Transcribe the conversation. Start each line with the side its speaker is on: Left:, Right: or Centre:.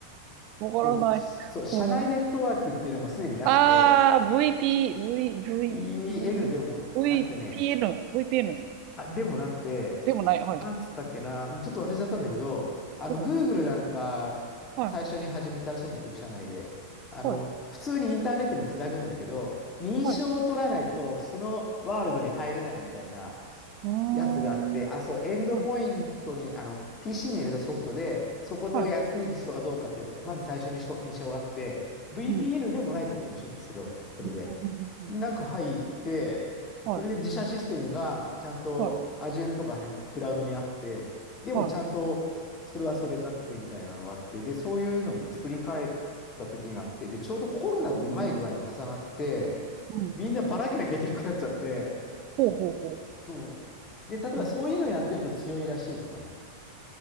Right: わからない。
Left: もう、そう、
Right: <laughs>
Left: 社内ネットワークっていうのもすでになくて、
Right: もう。ああ、VP、V、V、
Left: EN でもなくてね、
Right: V、VPN、VPN
Left: あ、でもなくて、
Right: でもない。はい。
Left: なんつったっけな、ちょっと忘れちゃったんだけど、あの、
Right: おう
Left: Google なんか、
Right: はい。
Left: 最初に始めたらしいんだけど、社内で。あの、
Right: はい。
Left: 普通にインターネットにつなぐんだけど、認証を取らないと、
Right: はい。
Left: そのワールドに入れないみたいな、
Right: うー
Left: やつがあって、
Right: ん。
Left: あ、そう、エンドポイントに、
Right: はい。
Left: あの、PC に入れたソフトで、そことをやっていく人がどうかって、
Right: はい。
Left: まず最初にしょ認証があって、VPN
Right: うん。
Left: でもないとも面白いんですけど、それで。
Right: うんうんうんうん
Left: でなんか入って、
Right: はい。
Left: それで自社システムがちゃんと
Right: はい。
Left: Azure とかあの辺のクラウドにあって、でもちゃんとそれはそれになっててみたいなのがあって、
Right: はい。
Left: で、そういうのに作り変えた時があって、で、ちょうどコロナとうまい具合に重なって、
Right: うーんうん。
Left: みんなばらけなきゃいけなくなっちゃって、
Right: ほうほうほ
Left: そう。で、例えばそういうのやってると強いらしいとかね。
Right: う。うん。